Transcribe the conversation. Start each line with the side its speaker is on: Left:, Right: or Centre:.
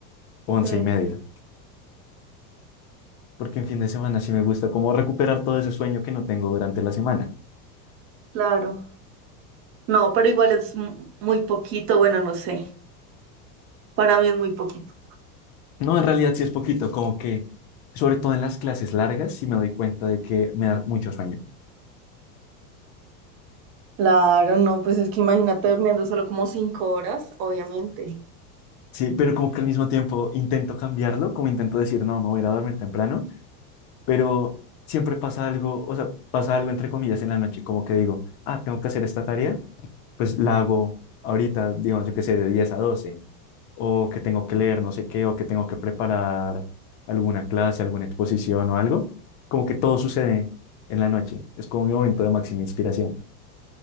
Left: once
Right: Sí,
Left: y media. Porque en fin de semana sí me gusta como recuperar todo ese sueño que no tengo durante la semana.
Right: claro. No, pero igual es mu- muy poquito. Bueno, no sé. Para mí es muy poquito.
Left: No, en realidad sí es poquito, como que, sobre todo en las clases largas, sí me doy cuenta de que me da mucho sueño.
Right: Claro, no, pues es que imagínate durmiendo solo como cinco horas, obviamente.
Left: Sí, pero como que al mismo tiempo intento cambiarlo, como intento decir, no, me voy a ir a dormir temprano pero siempre pasa algo, o sea, pasa algo entre comillas en la noche, como que digo, ah, tengo que hacer esta tarea, pues la hago ahorita, digamos, yo qué sé, de 10 a 12, o que tengo que leer no sé qué, o que tengo que preparar alguna clase, alguna exposición o algo, como que todo sucede en la noche, es como mi momento de máxima inspiración.